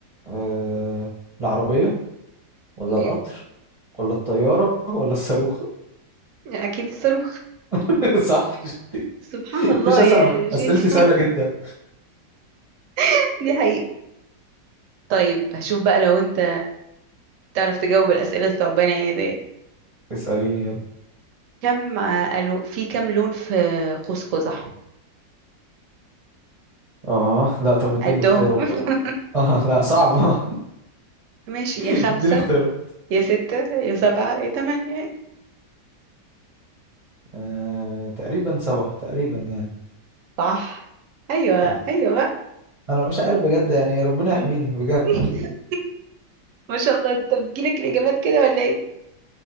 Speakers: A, on the right; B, on the right.
A: أه... العربية ولا
B: هي-
A: القطر ولا الطيارة ولا الصاروخ
B: <laughs> أكيد الصاروخ
A: <laughs> صح شفتي؟
B: سبحان الله
A: مفيش أسهل
B: يا
A: من
B: شيخ
A: أسئلتي سهلة جدا
B: <laughs> دي حقيقة طيب هشوف بقى لو أنت تعرف تجاوب الأسئلة الثعبانة دي
A: اسأليني يلا
B: كم آه، ألو... في كم لون في قوس قزح
A: آه لا طب اديني
B: عدهم
A: اختيارات
B: <laughs>
A: بقى <laughs> آه لا صعبة
B: ماشي
A: <laughs>
B: يا خمسة
A: اديني اختيارات
B: يا ستة يا سبعة يا تمانية
A: أه... تقريبا سبعة تقريبا يعني
B: صح أيوة
A: لا
B: أيوة بقى
A: أنا مش عارف بجد يعني ربنا يحميني
B: أنت-
A: بجد
B: <laughs> ما شاء الله أنت بتجيلك الإجابات كده ولا إيه